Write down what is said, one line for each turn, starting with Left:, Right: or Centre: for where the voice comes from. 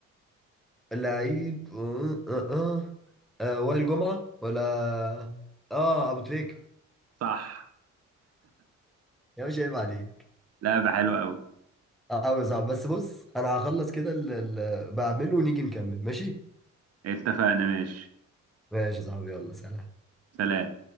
Centre: لعيب آه آه آه. آه، وائل جمعة ولا اه ابو تريكة
Right: صح
Centre: يا باشا عيب عليك
Right: لعبة حلوة أوي
Centre: قوي صعب بس بص انا هخلص كده اللي بعمله ونيجي نكمل ماشي
Right: اتفقنا ماشي
Centre: ماشي يا صاحبي يلا سلام
Right: سلام